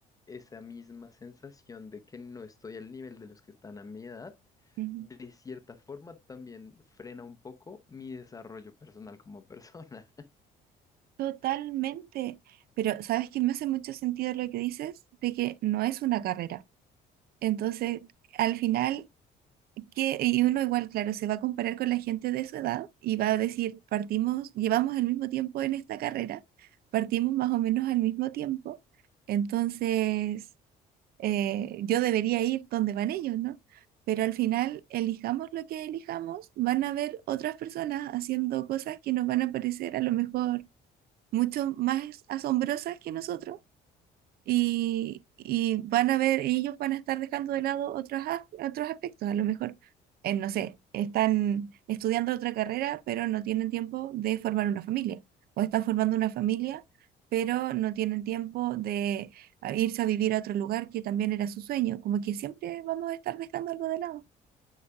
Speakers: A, on the left; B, on the right.
A: esa misma sensación de que no estoy al nivel de los que están a mi edad,
B: ujú.
A: de cierta forma también frena un poco mi desarrollo personal como persona. <laughs>
B: Totalmente, pero sabes que me hace mucho sentido lo que dices de que no es una carrera. Entonces, al final, que y uno igual, claro, se va a comparar con la gente de su edad y va a decir, partimos, llevamos el mismo tiempo en esta carrera, partimos más o menos al mismo tiempo, entonces eh, yo debería ir donde van ellos, ¿no? Pero al final, elijamos lo que elijamos, van a haber otras personas haciendo cosas que nos van a parecer a lo mejor mucho más asombrosas que nosotros y, y van a ver, ellos van a estar dejando de lado otros, as- otros aspectos, a lo mejor, eh, no sé, están estudiando otra carrera, pero no tienen tiempo de formar una familia, o están formando una familia, pero no tienen tiempo de a- irse a vivir a otro lugar que también era su sueño, como que siempre vamos a estar dejando algo de lado.